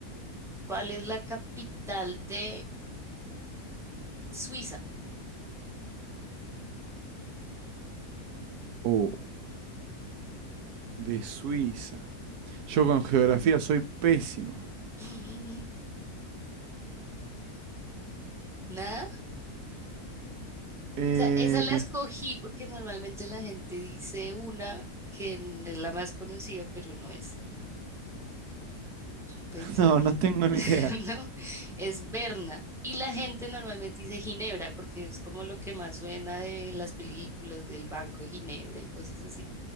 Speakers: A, in the centre; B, on the right (about 80°).
A: ¿cuál es la capital de Suiza?
B: Oh, de Suiza. Yo con geografía soy pésimo.
A: <laughs> Nada.
B: Eh,
A: O sea, esa la escogí porque normalmente la gente dice una que n- es la más conocida, pero no es. pensé
B: <laughs> no,
A: que,
B: no tengo
A: <laughs>
B: ni idea.
A: ¿no? Es Berna. Y la gente normalmente dice Ginebra, porque es como lo que más suena de las películas del Banco de Ginebra y cosas así.